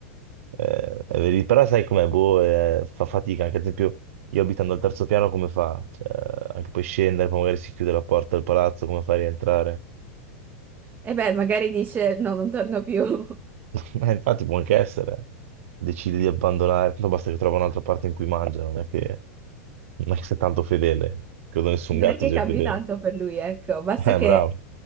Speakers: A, on the right; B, on the right.
A: Eh, è veri- Però sai com'è, boh, eh, fa fatica, anche ad esempio io abitando al terzo piano come fa? Cioè, anche poi scendere, poi magari si chiude la porta del palazzo, come fa a rientrare?
B: E beh, magari dice no, non torno più. <laughs>
A: <laughs> Eh, infatti può anche essere, decide di abbandonare, tanto basta che trova un'altra parte in cui mangia, non è che, non è che sia tanto fedele, credo nessun
B: Non
A: gatto
B: è che
A: sia
B: cambi
A: fedele.
B: tanto per lui, ecco, basta
A: <laughs> Eh,
B: che
A: bravo,